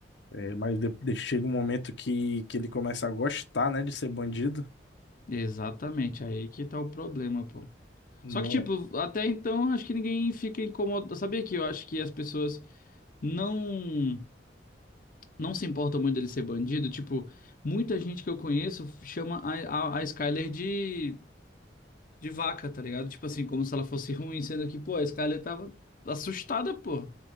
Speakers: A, on the left; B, on the left.
A: É, mas de, de- chega um momento que, que ele começa a gostar, né, de ser bandido.
B: Exatamente, aí que tá o problema, pô. Só
A: Mo-
B: que, tipo, até então acho que ninguém fica incomodado. Sabia que eu acho que as pessoas não não se importam muito dele ser bandido? Tipo, muita gente que eu conheço chama a, a, a Skyler de, de vaca, tá ligado? Tipo assim, como se ela fosse ruim, sendo que, pô, a Skyler tava assustada, pô.